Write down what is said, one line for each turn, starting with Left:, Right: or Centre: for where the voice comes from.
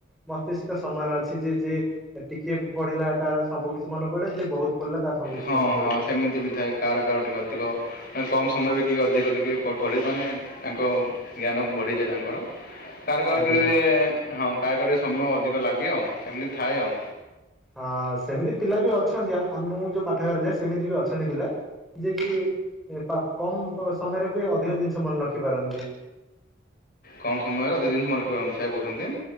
Centre: ମତିଷ୍କ ସମାନ ଅଛି ଯେ ଯେ ଟିକେ ପଢିଲା ତାର ସବୁ କିଛି ମନ ପଡେ ଯେ ବହୁତ ପଢିଲା ତାର ସବୁ କିଛି
Left: ହଁ
Centre: ମନେ ପଡିଯାଏ।
Left: ହଁ ସେମିତି ବି ଥାଏ କାର କାର ଟିକେ ଅଧିକ ମାନେ କମ୍ ସମୟରେ କି ଅଧିକ ଟିକେ ପ ପଢ଼ି ମାନେ ତାଙ୍କ ଜ୍ଞାନ ବଢ଼ିଯାଏ ତାଙ୍କର। କାର କାର
Centre: ଆଜ୍ଞା
Left: ଟି ଏ ହଁ କାର କାର ସମୟ ଅଧିକ ଲାଗେ ଆଉ ସେମିତି ଥାଏ ଆଉ।
Centre: ହଁ ସେମିତି ପିଲା ବି ଅଛନ୍ତି ଆ ମୁଁ ଯୋଉ ପାଠାଗରେ ଯାଏ ସେମିତି ବି ଅଛନ୍ତି ପିଲା। ଯିଏ କି ତ କମ ସମୟରେ ବି ଅଧିକ ଜିନିଷ ମନେ ରଖି ପାରନ୍ତି।
Left: କମ ସମୟରେ ଅଧିକ ଦିନି ମନରଖିପାରନ୍ତି ସେୟା କହୁଛନ୍ତି?